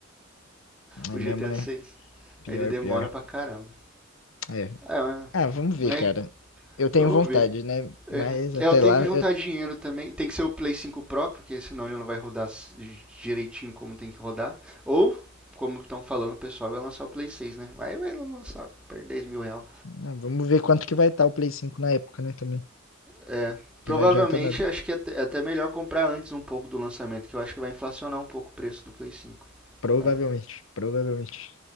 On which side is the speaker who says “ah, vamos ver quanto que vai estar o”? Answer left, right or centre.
Left